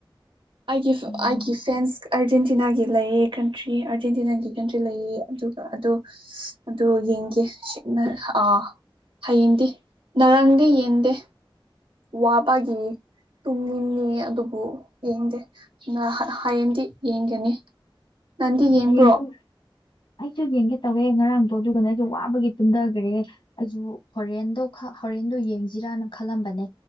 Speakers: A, on the right (about 75°); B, on the left (about 75°).
A: ꯑꯩꯒꯤ
B: ꯎꯝ
A: ꯑꯩꯒꯤ ꯐꯦꯟꯁ ꯑꯔꯖꯦꯟꯇꯤꯅꯥꯒꯤ ꯂꯩꯌꯦ ꯀꯟꯇ꯭ꯔꯤ ꯑꯔꯖꯦꯟꯇꯤꯅꯥꯒꯤ ꯀꯟꯇ꯭ꯔꯤ ꯂꯩꯌꯦ ꯑꯗꯨꯒ ꯑꯗꯨ ꯑꯗꯨ ꯌꯦꯡꯒꯦ ꯁꯤꯛꯅꯥ ꯑꯥ ꯍꯌꯦꯡꯗꯤ ꯉꯔꯥꯡꯗꯤ ꯌꯦꯡꯗꯦ ꯋꯥꯕꯒꯤ ꯇꯨꯝꯅꯤꯡꯉꯦ ꯑꯗꯨꯕꯨ ꯌꯦꯡꯗꯦ ꯍꯌꯦꯡꯗꯤ ꯌꯦꯡꯒꯅꯤ ꯅꯪꯗꯤ ꯌꯦꯡꯕ꯭ꯔꯣ
B: ꯍꯌꯦꯡ ꯄꯨꯡ ꯑꯩꯁꯨ ꯌꯦꯡꯒꯦ ꯇꯧꯋꯦ ꯉꯔꯥꯡꯗꯣ ꯑꯗꯨꯒꯅꯦ ꯑꯩꯁꯨ ꯋꯥꯕꯒꯤ ꯇꯨꯝꯗꯒ꯭ꯔꯦ ꯑꯩꯁꯨ ꯍꯣꯔꯦꯟꯗꯣꯈꯛ ꯍꯣꯔꯦꯟꯗꯣ ꯌꯦꯡꯁꯤꯔꯅ ꯈꯜꯂꯝꯕꯅꯦ꯫